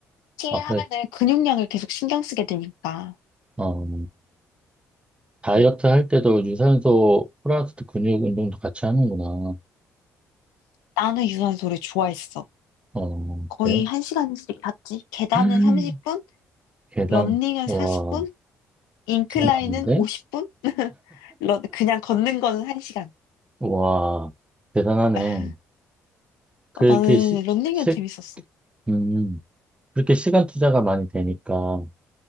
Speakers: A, on the left (about 80°); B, on the right (about 15°).
A: PT
B: 아,
A: 하면은
B: 그래,
A: 근육량을 계속 신경 쓰게 되니까.
B: 어, 다이어트
A: 음.
B: 할 때도 유산소 플러스 근육 운동도 같이 하는구나.
A: 나는 유산소를 좋아했어.
B: 어,
A: 거의
B: 그래.
A: 한시간씩 갔지. 계단은
B: <laughs>
A: 30분,
B: 계단,
A: 런닝은
B: 와,
A: 40분, 인클라인은
B: 장난 아닌데?
A: 50분, <laughs> 런, 그냥 걷는 거는 1시간.
B: 와, 대단하네.
A: 아,
B: 그렇게
A: <laughs> 나는
B: 시,
A: 런닝은
B: 시,
A: 재밌었어.
B: 음, 그렇게 시간 투자가 많이 되니까